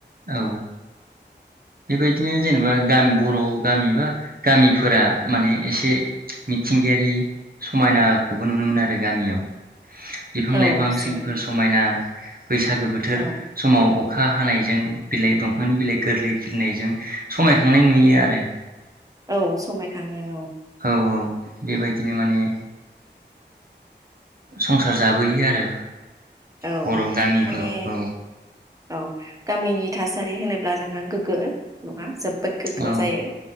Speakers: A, on the right (about 55°); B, on the right (about 20°).
A: औ बेबायदिनो जेनेबा गामि बर' गामि बा गामिफोरा माने एसे मिथिंगायारि समायनाखौबो नुनो मोनो आरो गामियाव। बिफां
B: औ
A: लाइफां
B: जों
A: सोमखोर समायना बैसागो बोथोर
B: औ
A: समाव अखा हानायजों बिलाइ दंफांनि बिलाइ गोरलै खिलिनायजों समायखांनाय नुयो आरो।
B: औ समायखाङो।
A: औ औ बेबायदिनो माने संसार जाबोयो आरो।
B: औ
A: बर' गामिफोराव
B: माने
A: औ
B: औ। गामिनि थासारि होनोब्ला जोंहा गोग्गो नङा जोब गोग्गो
A: औ
B: जायो